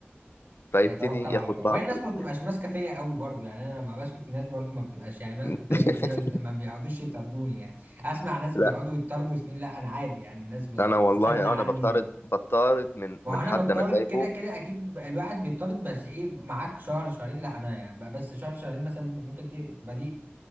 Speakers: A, on the left; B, on the right.
A: فيبتدي
B: فيتوكل على
A: ياخد
B: الله
A: بعضه
B: وهي الناس ما بتبقاش
A: ويمشي.
B: ماسكة فيا قوي برضو يعني انا لما بسكت الناس برضو ما بتبقاش يعني ماسكة
A: <laughs>
B: فيا بايديها وس- ما بيقعدوش يطردوني يعني اسمع ناس بيقعدوا
A: لا
B: يطردوا سنين لا انا عادي يعني الناس ب-
A: انا
B: بتستغنى
A: والله
B: عني
A: انا بطارد بطارد من
B: ما
A: من
B: هو انا
A: حد
B: بضطرد
A: انا سايبه
B: كده كده اكيد ب- الواحد بيضطرد بس ايه معاك شهر شهرين لا انا يعني ب- بس شهر شهرين مثلا ممكن ت- تبقى دي